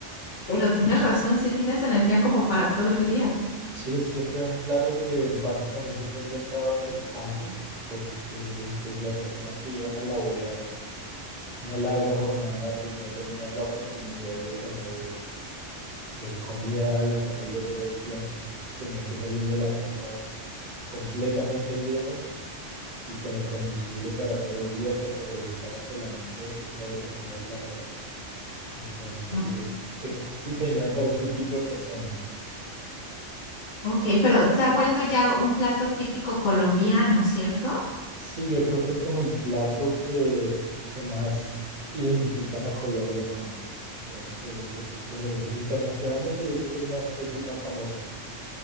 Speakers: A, on the left; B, on the right.
A: pero tienes razón, sí tienes energía como para todo el día.
B: Sí, es que fue un plato que básicamente fue inventado en el campo, porque pues las personas que iban a laborear una larga jornada pues no tenían la oportunidad de tener eh, comida disponible todo el tiempo, entonces tenían que salir de la casa completamente llenos y con el combustible para todo el día hasta que regresaran por la noche otra vez a comer en la casa. Entonces
A: Ok,
B: es, es diseñado para este tipo de personas.
A: Ok, pero se ha vuelto ya un plato típico colombiano, ¿cierto?
B: Sí, yo creo que es como el plato que, que más identifican a Colombia con. Entonces es como internacionalmente yo creo que es más, es el más famoso.